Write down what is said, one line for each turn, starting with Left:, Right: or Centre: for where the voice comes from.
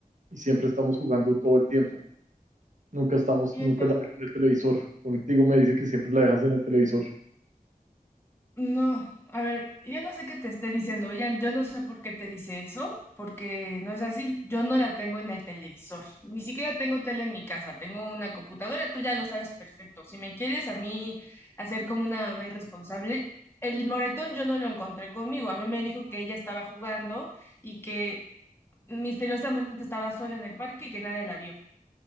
Right: y siempre estamos jugando todo el tiempo. Nunca estamos,
Left: Y
Right: nunca
Left: entonces,
Right: la dejo en el televisor. Contigo me dice que siempre la dejas en el televisor.
Left: No, a ver, yo no sé qué te esté diciendo, Bellan, yo no sé por qué te dice eso, porque no es así, yo no la tengo en el televisor, ni siquiera tengo tele en mi casa, tengo una computadora, tú ya lo sabes perfecto, si me quieres a mí hacer como una mamá irresponsable, el moretón yo no lo encontré conmigo, a mí me dijo que ella estaba jugando y que misteriosamente estaba sola en el parque y que nadie la vio.